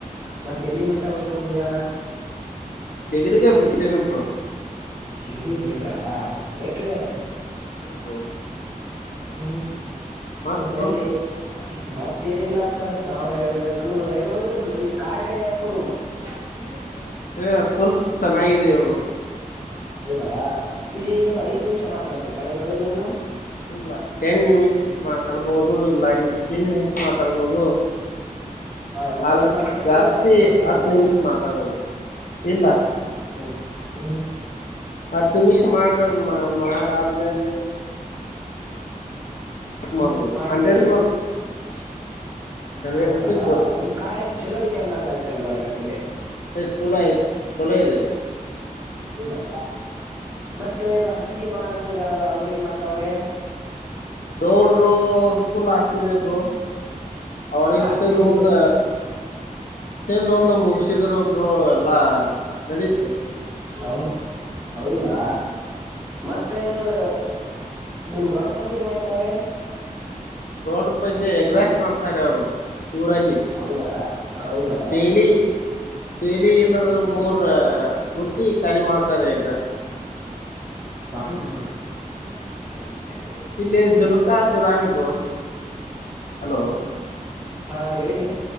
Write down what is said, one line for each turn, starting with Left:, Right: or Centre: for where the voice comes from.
Right: ಮತ್ತೆ ಎಲ್ಲಿ ಮಠ ಹೋದ್ಕೊಂಡಿರಾ.
Left: ಡಿಗ್ರಿಿಗೆ ಬಿಟ್ ತಿನ ಬ್ರೋ.
Right: ೀರಿ ಬಿಟ್ರಾ ಯಾಕೆ.
Left: ಉ ದೋ.
Right: ಹ್ಮ್
Left: ಮತ್
Right: ಮತ್ತ್
Left: ಬ್ರೋ
Right: ಅಲ್ಲಿ. ಮತ್ತೇನಿಲ್ಲ ಸರ್ ನಾವ್ ಹೇಳ್ಬೇಕು ಏನು ಇ ಕಾರ್ಯ ಆಪ್. ಯೆ. <unintelligible>
Left: ಏ ಫುಲ್ ಚೆನ್ನಾಗಿದೆ ಇವು.
Right: ಹೌದಾ ಇದೇಏನು ಐದ್ ನಿಮಿಷ ಮಾತಾಡ್ಬೇಕು ಇದ್ರೊಳಗೆ ಏನು.
Left: ಇಲ್ಲ ಟೆನ್ ಮಿನಿಟ್ಸ್ ಮಾತಾಡ್ಬಹುದು ಇಲ್ಲ ನೀ ಫಿಫ್ಟೀನ್ ಮಿನಿಟ್ಸ್ ಮಾತಾಡ್ಬಹುದು.
Right: ಹಾ ನಾವ್
Left: ಆದ್ರೆ
Right: ಎಷ್ಟ್ ಮಾತಾಡ್ತೀವಿ
Left: ಜಾಸ್ತಿ
Right: ಅಷ್ಟ್ ರೊಕ್ಕ
Left: ಹತ್ತು
Right: ಬರ್ತಾರ
Left: ನಿಮಿಷ ಮಾತಾಡ್ಬೋದು ಇಲ್ಲ.
Right: ಹ್ಮ್ ಹ್ಮ್.
Left: ಹತ್ತು ನಿಮಿಷ ಮಾಡ ಮಾಡ ಆದ್ಮ್ಯಾಗೆ. ಕಟ್
Right: ಹ
Left: ಮಾಡ್ಬೋದು
Right: ಮಾಡ್ಬೇಕು.
Left: ಹಂಡ್ರೆಡ್ ಬರುತ್ತೆ
Right: <unintelligible>
Left: ಹಂಡ್ರೆಡ್
Right: ಹೌದಾ
Left: ರುಪೀಸ್ ಬರುತ್ತೆ
Right: ಈ ಕಾರ್ಯ ಆಪ್ ಚಲೋ ಇದ ಅಂದಂಗ ಆಯ್ತಲ್ವಾ ಹಂಗಂದ್ರೆ.
Left: ಎ ಚಲೋ ಚಲೋ ಇದೆ.
Right: ಹೌದಾ. ಮತ್ತೆ ಇದ ಹಂದಿ ಗೋಣ ಅಂತಿದಾರಲ್ಲ ಅವ್ರ ಏನ್ ಮಾಡ್ತಾವ್ರೆ.
Left: ಗೌಡ್ರು ಅವರು ಫುಲ್ ಹಾಸ್ತಿದ ಬ್. ಅವರ ಎತ್ತಿನ್
Right: ಆಸ್ತಿ ಇದೆ
Left: ಮುಂದ. ನ್ <unintelligible> ಒಂದು ಮುಗಿಸಿದ್ರ ಒಬ್ರು ಎಲ್ಲಾ ನಡೀುತ್ತೆ.
Right: ಹೌದ್ ಹೌದಾ ಮತ್ತೆ ಇವ್ರ. ನಿಮ್ ರಾಡ್ ಪತಿ ಏನ್ ಮಾಡ್ತಾರೆ.
Left: ದೋಡ ಪಜ್ಜೆ ಎಗ್ರಾಸ್ ಮಾಡ್ತಾನೆ ಅವ್ರು ಊರಲ್ಲಿ.
Right: ಹೌದಾ ಹೌದಾ.
Left: ಡೈಲಿ ಡೈಲಿ ಇಲ್ಲಂದ್ರ ಮೂರ್ ಬುಟ್ಟಿ ಖಾಲಿ ಮಾಡ್ತಾರೆ ಈಗ್ರ.
Right: ಬಬಿ ಕುಟಿ. <unintelligible> <unintelligible>
Left: ಇಲ್ಲಿ ಝಲಕ ಹತಿದ್ದಾನೆ ಬ್ರೋ ಹಲೋ.
Right: ಹಾ ಹೇಳಿ